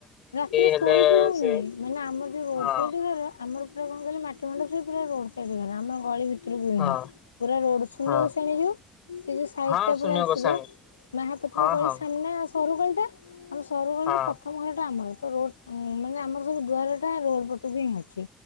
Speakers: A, on the left; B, on the left.
A: ରାତିରେ ଶୋଇ
B: ହେଲେ
A: ବିି ହଉନି
B: ସେ
A: ମାନେ ଆମର ଯୋଉ ରୋଡ
B: ହଁ
A: ସାଇଡ ଘର ଆମର ପୁରା କଣ କିଲେ ମାଟି ମଣ୍ଡ ସ ପୁରା ରୋଡ ସାଇଡ ଆମ ଗଳି ଭିତ ଭିତରକୁ ନୁହଁ
B: ହଁ
A: ପୁରା ରୋଡ ସୁନୁଷଣି
B: ହଁ
A: ଯଉ ସାଇଟଟ
B: ହଁ ସୁନୀୟ
A: ପୁରା ଆସିବ
B: ଗୋସ୍ୱାମୀ
A: ମହାପାତ୍ର
B: ହଁ
A: ଗଳି
B: ହଁ
A: ସାମ୍ନା ସରୁଗଳି ଟା ଆମ ସରୁଗଳିର
B: ହଁ
A: ପ୍ରଥମ ଘର ଆମର ତ ରୋ ମାନେ ଆମର ସବୁ ଦୁଆର ଟା ରୋଡ ପଟକୁ ହିଁ ଅଛି।